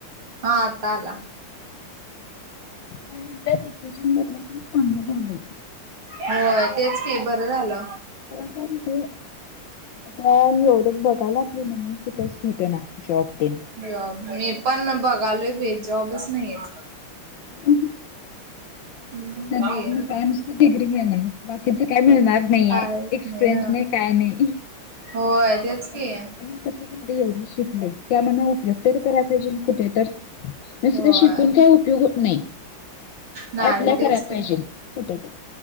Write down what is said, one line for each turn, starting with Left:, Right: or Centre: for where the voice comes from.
Right: हा आता आला.
Left: हे म्हटलं. <inaudible> झालं
Right: होय तेच की बरं झालं.
Left: कारण काय माहितीये, एवढं बघाल्यात. हो ना मगं कुठचं भेटना जॉब.
Right: जॉब मी पण बघालोय जॉबच नाही आहेत.
Left: <inaudible>
Right: हम्म, ते
Left: नंतर का डिग्री मिळणार बाकीच काही मिळणार नाही
Right: कायच
Left: एक्स्पिरियन्स
Right: ह
Left: नाही का- <inaudible>
Right: होय. तेच की.
Left: म्हणजे अ कशी एवढी शिकलेय त्यामाननन उपयोग तरी करायला. अजून कुठे तरं नुसतं
Right: होय
Left: शिकून काय उपयोग होत नाही.
Right: नाही
Left: ॲप्लाय
Right: तेच
Left: करायला
Right: की.
Left: पाहिजे कुठ तरी.